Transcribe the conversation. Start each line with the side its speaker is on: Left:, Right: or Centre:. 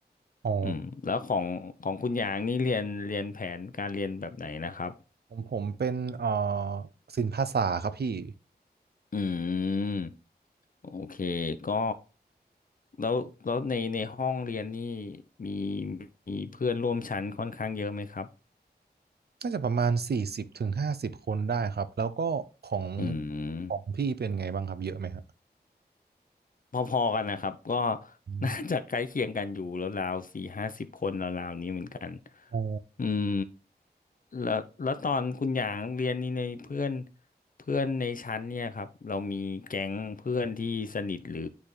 Right: อ๋อ
Left: อืมแล้วของของคุณยางนี่เรียนเรียนแผนการเรียนแบบไหนนะครับ
Right: ของผมเป็นเอ่อศิลปภาษาครับพี่
Left: อืมโอเคก็แล้วแล้วในในห้องเรียนนี่มีมีเพื่อนร่วมชั้นค่อนข้างเยอะไหมครับ
Right: น่าจะประมาณสี่สิบถึงห้าสิบคนได้ครับแล้วก็ของ
Left: อืม
Right: ของพี่เป็นไงบ้างครับเยอะไหมครับ
Left: พอๆกันนะครับก็
Right: อม
Left: น่าจะใกล้เคียงกันอยู่แล้วราวสี่ห้าสิบคนราวๆนี้เหมือนกัน
Right: อ๋อ
Left: อืมแล้วแล้วตอนคุณหยางเรียนนี่ในเพื่อนเพื่อนในชั้นเนี่ยครับเรามีแก๊งเพื่อนที่สนิทหรือ